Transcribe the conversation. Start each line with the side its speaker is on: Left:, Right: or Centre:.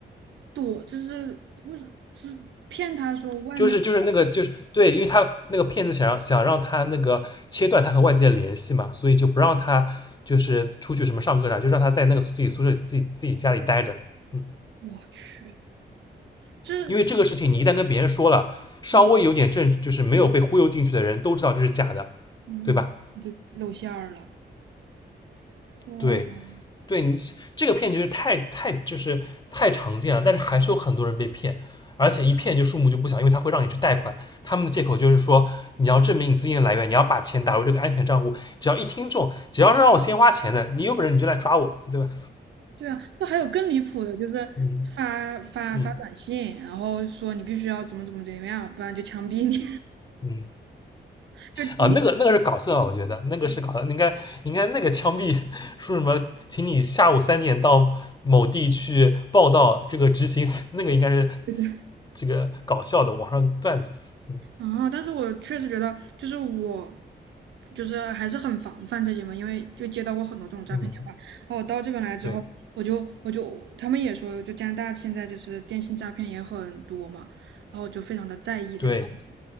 Right: 躲，就是为什么是骗他说外面？
Left: 就是就是那个就是对，因为他那个骗子想让想让他那个切断他和外界的联系嘛，所以就不让他就是出去什么上课啥，就让他在那个自己宿舍自己自己家里待着。嗯，
Right: 我去，这
Left: 因为这个事情你一旦跟别人说了，稍微有点正就是没有被忽悠进去的人都知道这是假的，
Right: 哦，嗯，
Left: 对吧？
Right: 他就露馅儿了。哇，
Left: 对，对你这个骗局是太太就是太常见了，但是还是有很多人被骗，而且一骗就数目就不小，因为他会让你去贷款，他们的借口就是说你要证明你资金的来源，你要把钱打入这个安全账户，只要一听中，只要是让我先花钱的，你有本事你就来抓我，对吧？
Right: 对啊，那还有更离谱的，就是发发发短信，
Left: 嗯嗯
Right: 然后说你必须要怎么怎么怎么样，不然就枪毙你，
Left: 嗯，
Right: <laughs> 就鸡，
Left: 啊，那个那个是搞笑的，我觉得那个是搞笑的，应该应该那个枪毙说什么，请你下午三点到某地去报道这个执行，那个应该是
Right: 对对
Left: 这个搞笑的网上段子。嗯，
Right: 啊！但是我确实觉得，就是我，就是还是很防范这些嘛，因为就接到过很多这种诈骗电话。
Left: 嗯，
Right: 然后我到这边来之后，
Left: 对
Right: 我就我就他们也说，就加拿大现在就是电信诈骗也很多嘛，然后就非常的在意这个事情。
Left: 对，